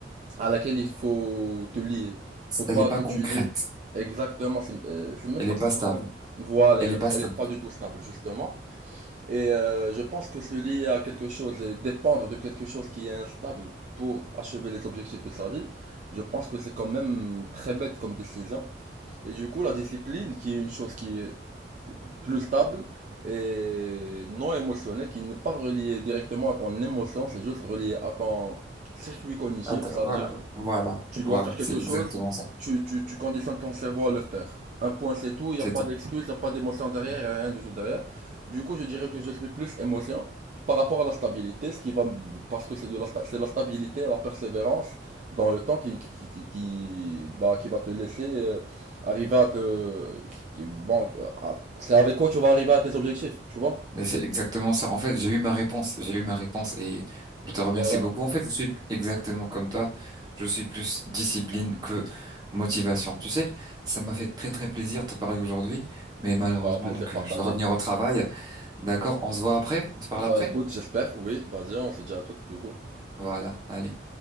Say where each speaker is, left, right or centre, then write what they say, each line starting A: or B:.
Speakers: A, on the right; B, on the right.
A: à laquelle il faut te lier. Faut pas
B: Elle n'est pas
A: que
B: concrète.
A: tu lies. Exactement, c'est euh, c'est même
B: Elle
A: pas
B: n'est
A: que
B: pas
A: c'est
B: stable.
A: pas con- Voilà,
B: Elle
A: elle,
B: n'est pas stable.
A: elle est pas du tout stable justement. Et euh, je pense que se lier à quelque chose et dépendre de quelque chose qui est instable pour achever les objectifs de sa vie, je pense que c'est quand même très bête comme décision. Et du coup, la discipline, qui est une chose qui est plus stable et non émotionnelle, qui n'est pas reliée directement à ton émotion, c'est juste relié à ton circuit cognitif.
B: Attends,
A: Ça
B: voilà,
A: veut dire
B: voilà,
A: tu dois
B: voilà,
A: faire quelque
B: c'est exactement
A: chose,
B: ça.
A: tu, tu, tu conditionnes ton cerveau à le faire. Un point, c'est tout, il n'y
B: C'est
A: a pas
B: ça.
A: d'excuse, il n'y a pas d'émotion derrière, Il y a rien du tout derrière. Du coup, je dirais que je suis plus émotion par rapport à la stabilité, ce qui va, me- parce que c'est de la, sta- c'est la stabilité, la persévérance dans le temps qui, qui, qui, qui- bah, qui va te laisser euh, arriver à te, qui- qui- bon, à- c'est avec quoi tu vas arriver à tes objectifs, tu vois?
B: Mais c'est exactement ça. En fait, j'ai eu ma réponse, j'ai eu ma réponse et je te remercie
A: Voilà,
B: beaucoup. En fait, je suis exactement comme toi. Je suis plus discipline que motivation. Tu sais, ça m'a fait très très plaisir de te parler aujourd'hui, mais malheureusement,
A: bah, plaisir
B: donc
A: partagé.
B: euh, je dois revenir au travail. D'accord, on se voit après, on se parle
A: Bah
B: après.
A: écoute, j'espère, oui, vas-y, on se dit à toutes du coup.
B: Voilà, allez.